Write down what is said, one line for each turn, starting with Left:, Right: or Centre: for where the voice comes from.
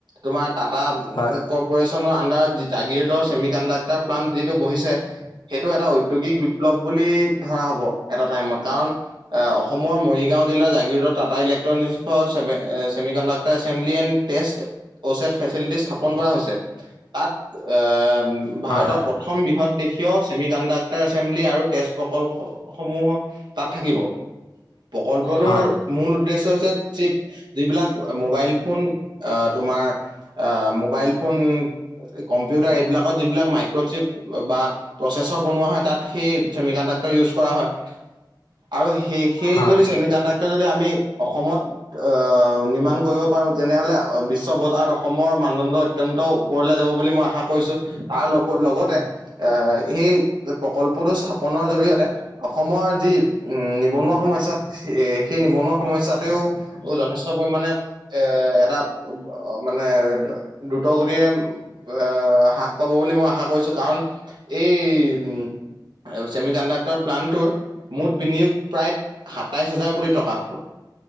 Right: তোমাৰ টাটা
Left: হয়
Right: ক অপৰেচনৰ আণ্ডাৰ জাগিদৰ চছেমি কণ্ডাক্টাৰ প্লান্ত যিটো বহিছে সেইটো এটা উদ্যোগিক বিপ্লৱ বুলি ধৰা হব এটা টাইমত কাৰণ আহ অসমৰ মৰিগাঁও জিলাৰ জাগিৰদ টাটা ইলেক্ট্ৰনিক অ' চেমি চেমিকনদাকটৰ এছেম্বলী এনদ টত কচেত ফেচেলিটিচ কৰা হৈছে, তাত আহ ভাৰতৰ
Left: হয়
Right: প্ৰথম বৃহৎ দেশীয় চছেমি কণ্ডাক্টৰ এছেম্বলি আৰু তেজ প্ৰকল্প সমূহৰ তাত থাকিব, প্ৰকল্পটোৰ
Left: হয়
Right: মূল উদ্দেশ্য হৈছে যিবিলাক মোবাইল ফোন, আহ তোমাৰ আহ মবাইল ফন, কম্পিউাৰ এইবত যিলাক মাইক্ৰ চিপ বা প্ৰচেছৰ বনোৱা হয় তাত সেই চেমিকনদাকটৰ কৰা হয়, আৰু স সেই
Left: হয়
Right: যদি চেমডাক্ যদি আমি, অসমত, আ ৰ্নিমান কৰিব পা পাৰ তেনেহলে বিশ্ব বজাৰত অসমৰ মানদণ্ড অত্যন্ত ওপৰলৈ যাব বুলি মই আশা কৰিছো তাৰ লগ লগতে এ সেই প্ৰকল্পটো স্থাপনৰ জৰিয়তে অসমৰ যি উম নিবনুৱা সমচ্যত এ সেই নিবনুৱা সমস্্যাতেও যথেষ্ট পৰিমণে এ এটা মানে দ্ৰুত গতিয়ে এ হ্ৰাস পাব বুলি মই আশা কৰিছো কাৰণ এই উ চেমি কণ্ডাক্টৰ প্লানটোৰ মুঠ বিনিয়োগ প্ৰায় সাতাইশ হাজাৰ কোটি টকা